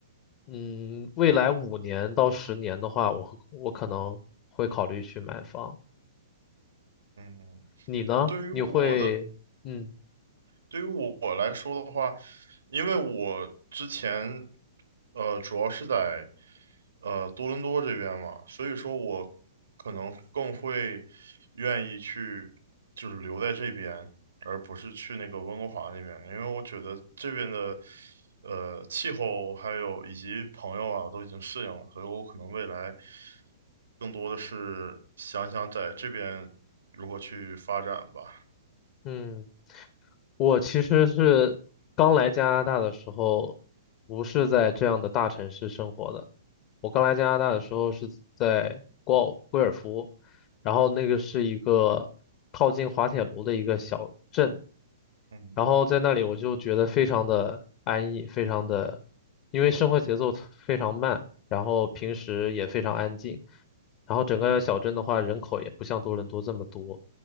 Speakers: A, on the left; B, on the right.
A: 嗯，未来五年到十年的话，我我可能会考虑去买房。
B: 嗯，
A: 你呢？
B: 对于我的，
A: 你会，嗯
B: 对于我我来说的话，因为我之前，呃，主要是在，呃，多伦多这边嘛，所以说我可能更会愿意去，就是留在这边，而不是去那个温哥华那边，因为我觉得这边的，呃，气候还有以及朋友啊，我都已经适应了，所以我可能未来更多的是想想在这边如何去发展吧。
A: 嗯，我其实是刚来加拿大的时候，不是在这样的大城市生活的。我刚来加拿大的时候是在贵贵尔夫，然后那个是一个靠近滑铁卢的一个小镇，
B: 嗯，
A: 然后在那里我就觉得非常的安逸，非常的，因为生活节奏非常慢，然后平时也非常安静，然后整个小镇的话人口也不像多伦多这么多，